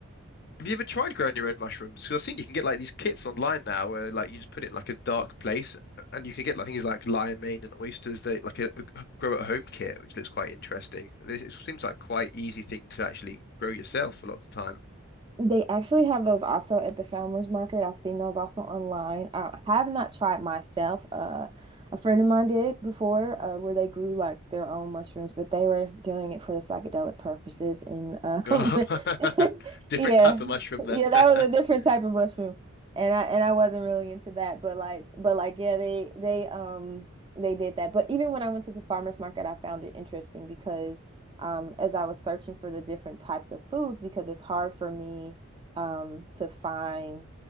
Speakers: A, on the left; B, on the right.
A: Have you ever tried growing your own mushrooms? Because I've seen you can get like these kits online now where like you just put it in like a dark place and you can get like things like lion mane and oysters that like a, a grow at home kit, which looks quite interesting. And it, it seems like quite easy thing to actually grow yourself a lot of the time.
B: They actually have those also at the farmers market. I've seen those also online. I have not tried myself. Uh, a friend of mine did before, uh, where they grew like their own mushrooms, but they were doing it for the psychedelic purposes. And um,
A: Oh, <laughs>
B: <laughs>
A: different
B: yeah,
A: type of mushroom then.
B: yeah, that was a different
A: <laughs>
B: type of mushroom, and I and I wasn't really into that. But like, but like, yeah, they they um they did that. But even when I went to the farmers market, I found it interesting because um, as I was searching for the different types of foods because it's hard for me um, to find